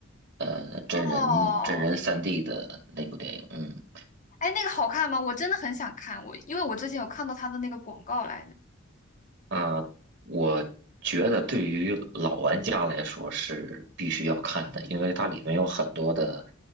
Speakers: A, on the right; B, on the left.
A: 呃真人真人三
B: 哦，
A: d 的那部电影。嗯，
B: 哎，那个好看吗？我真的很想看，我因为我之前有看到他的那个广告来的。
A: 啊，我觉得对于老玩家来说是必须要看的，因为它里面有很多的